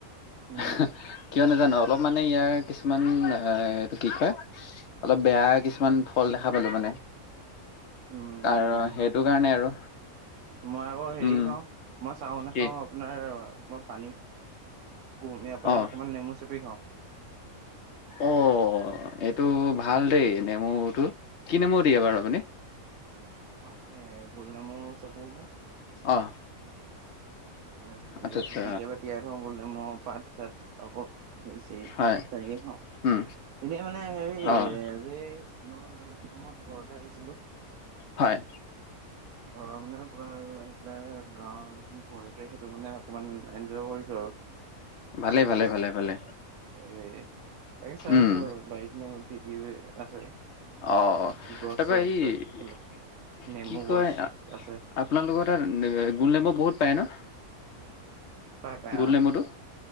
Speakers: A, on the left (about 55°); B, on the right (about 80°).
A: <inaudible>
B: উম
A: কিয় নাজানো অলপ মানে ইয়াৰ কিছুমান এইটো কি কয় অলপ বেয়া কিছুমান ফল দেখা পালো মানে
B: উম
A: আৰু সেইটো কাৰণে আৰু।
B: মই আকৌ হেৰি
A: উম,
B: খাওঁ, মই চাহ নাখাওঁ,
A: কি
B: আপোনাৰ মই পানী কুহম আপ অকণমান
A: অ'।
B: নেমু চেপি খাওঁ।
A: অ'। অ, এইটো ভাল দেই, নেমুটো কি নেমু দিয়ে বাৰু আপুনি
B: মই গোল নেমু, চেবো কেতিয়াবা
A: অ', আচ্ছা আচ্ছা
B: তিয়াই থওঁ বোলে মই পাত, চাত আকৌৰিছে।
A: হয়
B: তেনেকে খাওঁ
A: উম,
B: এনেই মানে হেৰি
A: অ',
B: আজি মই বহুত মাহত ঘৰলৈ আহিছিলো।
A: হয়
B: ঘৰৰ মানে পৰা আৰু আহি পেলাই অ, পঢি পেলাই সেইটো মানে অকমান এনজয় কৰিছো আৰু।
A: ভালে,
B: ভাল লাগিছে
A: ভালে, ভালে, ভালে।
B: এ, তাকে চাই
A: উম,
B: আছো বাৰীতনো কি, কি, আছে।
A: অ,
B: কি কি গছ
A: তাৰপ
B: চছ
A: এই
B: আছে এইফালে
A: কি
B: নেমু
A: কয়
B: গছ
A: আপোনালোকৰ
B: আছে
A: তাত গোণ ডমু বহুত পায় ন।
B: পাই, পাই,
A: গোল
B: অ'।
A: নেমুটো?